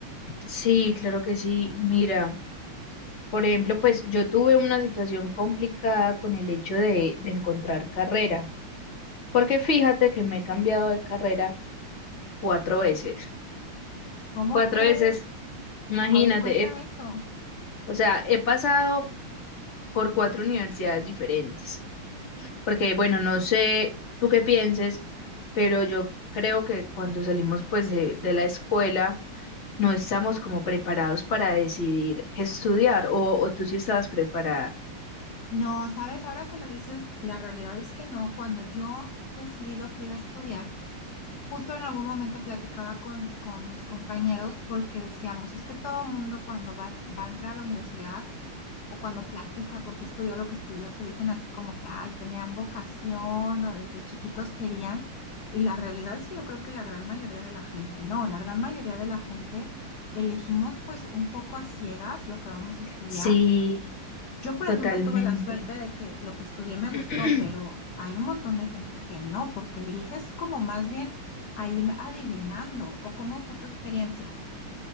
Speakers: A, on the left; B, on the left.
A: Sí, claro que sí. Mira, por ejemplo, pues yo tuve una situación complicada con el hecho de, de encontrar carrera, porque fíjate que me he cambiado de carrera cuatro veces.
B: ¿Cómo
A: Cuatro
B: crees?
A: veces, imagínate.
B: A ver, cuéntame
A: eh,
B: eso.
A: o sea, he pasado por cuatro universidades diferentes, porque bueno, no sé tú qué pienses, pero yo creo que cuando salimos pues de de la escuela no estamos como preparados para decidir qué estudiar, o, o tú sí estabas preparada.
B: No, sabes, ahora que lo dices, la realidad es que no. Cuando yo decidí lo que iba a estudiar, Justo en algún momento platicaba con, con mis compañeros porque decíamos, es que todo mundo cuando va, a es- va a entrar a la universidad o cuando platica porque estudió lo que estudió, te dicen así como que, ay, tenían vocación o desde chiquitos querían. Y la realidad es que yo creo que la gran mayoría de la gente, no, la gran mayoría de la gente elegimos pues un poco a ciegas lo que vamos a estudiar
A: Sí,
B: yo, por
A: totalmente.
B: ejemplo, tuve la suerte de que lo que estudié me gustó,
A: <clears throat>
B: pero hay un montón de gente que no, porque eliges como más bien ahí adivinando, o cómo fue tu experiencia.